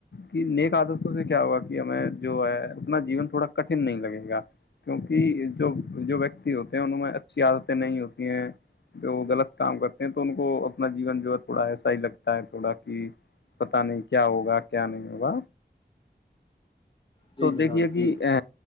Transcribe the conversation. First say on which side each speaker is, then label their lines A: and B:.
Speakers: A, on the left; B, on the left.
A: کہ نیک آدتوں سے کیا ہوگا کہ ہمیں جو ہے اپنا جیون تھوڑا کٹن نہیں لگے گا کیوںکہ جو جو و ہوتے ہیں ان میں اچھی عادتیں نہیں ہوتی ہیں جو وہ غلط کام کرتے ہیں تو ان کو اپنا جیون جو ہے تھوڑا ایسا ہی لگتا ہے تھوڑا کہ پت نہیں کیا ہوگا کیا نہیں ہوگا
B: جی
A: تو
B: جناب
A: دیکھیے کہ
B: جی جی
A: ا